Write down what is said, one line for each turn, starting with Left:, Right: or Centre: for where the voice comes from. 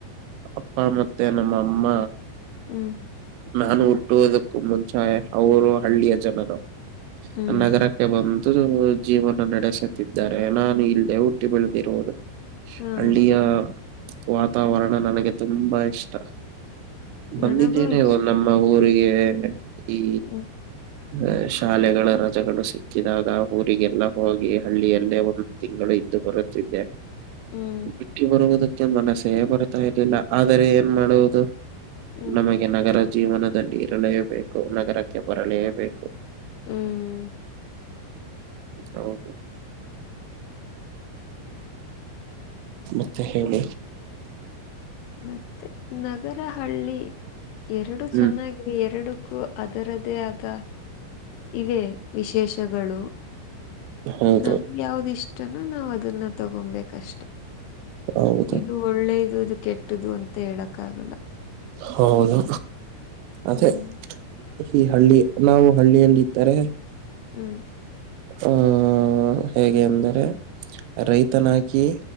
Right: ಅಪ್ಪ ಮತ್ತೆ ನಮ್ ಅಮ್ಮ
Left: ಹ್ಮ್
Right: ನಾನು ಹುಟ್ಟುವುದಕ್ಕೂ ಮುಂಚೆ ಅವರು ಹಳ್ಳಿಯ ಜನರು
Left: ಹ್ಮ್
Right: ನಗರ ಬಂದು ಜೀವನ ನಡೆಸುತ್ತಿದ್ದಾರೆ ನಾನು ಇಲ್ಲದೆ ಹುಟ್ಟಿ ಬೆಳೆದಿರುವುದು
Left: ಹಾ
Right: ಹಳ್ಳಿಯ ವಾತಾವರಣ ನನಗೆ ತುಂಬಾ ಇಷ್ಟ ಬಂದಿದ್ದೇನೆ
Left: ನನಗೂ ಇಷ್ಟ
Right: ನಮ್ಮ ಊರಿಗೆ ಈ
Left: ಹ್ಮ್
Right: ಅ ಶಾಲೆಗಳ ರಜೆಗಳು ಸಿಕ್ಕಿದಾಗ ಊರಿಗೆಲ್ಲಾ ಹೋಗಿ ಹಳ್ಳಿಯಲ್ಲೇ ಓದುದು ತಿಂಗಳು ಇದ್ದು ಬರುತ್ತಿದ್ದೆ
Left: ಹ್ಮ್
Right: ಬಿಟ್ಟಿ ಬರುವುದಕ್ಕೆ ಮನಸ್ಸೇ ಬರ್ತಾ ಇರ್ಲಿಲ್ಲ ಆದರೆ ಏನ್ ಮಾಡುವುದು
Left: ಹ್ಮ್
Right: ನಮಗೆ ನಗರ ಜೀವನದಲ್ಲಿ ಇರಲೇಬೇಕು ನಗರಕ್ಕೆ ಬರಲೇಬೇಕು
Left: ಹ್ಮ್
Right: ಹೌದು ಮತ್ತೆ ಹೇಳಿ
Left: ಮತ್ತೆ ನಗರ ಹಳ್ಳಿ ಎರಡು
Right: ಹ್ಮ್
Left: ಚೆನ್ನಾಗಿದೆ ಎರಡಕ್ಕೂ ಅದರದ್ ಅದೇ ಆದ ಇವೆ ವಿಶೇಷಗಳು
Right: ಹೌದು
Left: ನಮ್ಗೆ ಯಾವ್ದಿಷ್ಟನೋ ನಾವ್ ಅದನ್ನ ತಗೊಬೇಕಷ್ಟೆ
Right: ಹೌದು
Left: ಇದು ಒಳ್ಳೇದು ಇದು ಕೆಟ್ಟ್ದು ಅಂತ ಹೇಳಕ್ಕ ಆಗಲ್ಲ
Right: ಹೌದು ಅದೇ
Left: ಹ್ಮ್
Right: ಈ ಹಳ್ಳಿ ನಾವು ಹಳ್ಳಿಯಲ್ಲಿ ಇದ್ದಾರೆ
Left: ಹ್ಮ್
Right: ಹ್ಮ ಹೇಗೆ ಅಂದರೆ ರೈತನಾಗಿ